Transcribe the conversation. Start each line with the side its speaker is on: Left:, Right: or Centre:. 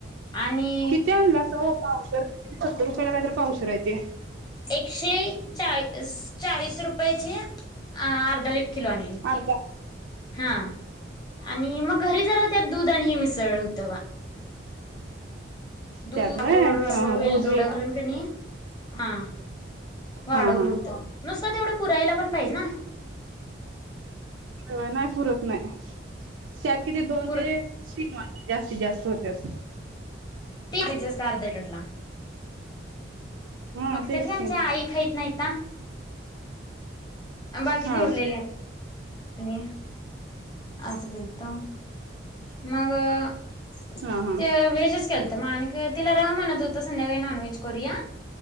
Left: आणि
Right: किती आणलासा ओ पावशेर सत्तर रुपयाला कायत पावशेर आहे ते
Left: एकशे चाळीस रुपये चे अर्धा किलो आणली होती
Right: अर्धा
Left: हा आणि मग घरी जरा त्यात दूध आणि हे मिसळलं होतं दूकर
Right: त्यात व्हय
Left: अस
Right: हा हा
Left: वेल
Right: दूध
Left: दोडा घालून कनाय हा वाढवलं
Right: हा हा
Left: होत. नुसत तेवढं पुरायला पण पाहिजे ना?
Right: होय नाही पुरत नाही. <inaudible> त्यात किती दोन
Left: पुर
Right: ते तीन वाट्या जास्तीत जास्त होतच
Left: ते जास्त अर्ध लीटरला
Right: हा
Left: मग
Right: तेच
Left: त्यात काय
Right: की
Left: आमच्या आई खाहीत नाही ना. बाकीच
Right: हा
Left: उरलेल्या आणि असं केलतं. मग?
Right: हा हा
Left: ते व्हेज च केलतं म आणि तिला राहा म्हणत होतं, संध्याकाळी नॉनव्हेज करूया